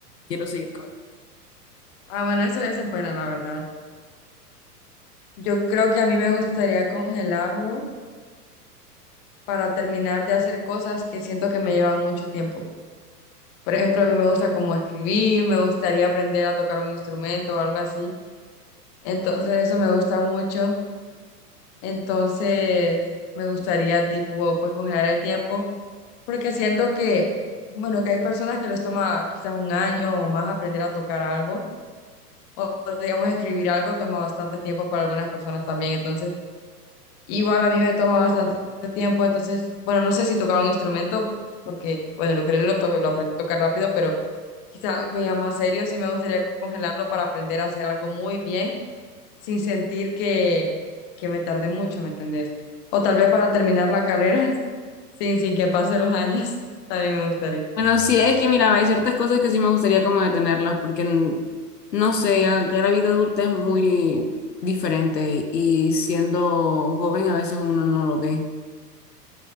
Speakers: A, on the left; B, on the left.
A: quiero seguir con
B: Ah, bueno, eso, eso es buena, la verdad. Yo creo que a mí me gustaría congelarlo. para terminar de hacer cosas que siento que me llevan mucho tiempo. Por ejemplo, a mí me gusta como escribir, me gustaría aprender a tocar un instrumento o algo así. Entonces, eso me gusta mucho. Entonces, me gustaría tipo, pues congelar el tiempo, porque siento que, bueno, que hay personas que les toma quizás un año o más aprender a tocar algo, o o, digamos escribir algo toma bastante tiempo para algunas personas también. Entonces, Igual a mí me toma bastante tiempo, entonces, bueno, no sé si tocar un instrumento, porque, bueno, lo que lo, to- lo aprendí a tocar rápido, pero quizá algo ya más serio, sí me gustaría congelarlo para aprender a hacer algo muy bien, sin sentir que, que me tarde mucho, ¿me entendés? O tal vez para terminar la carrera, <laughs> sin, sin que pasen los años, <laughs> también me gustaría.
A: Bueno, sí, es que mira, hay ciertas cosas que sí me gustaría como detenerlas, porque n- no sé, ya, ya la vida adulta es muy diferente y siendo joven a veces uno no lo ve.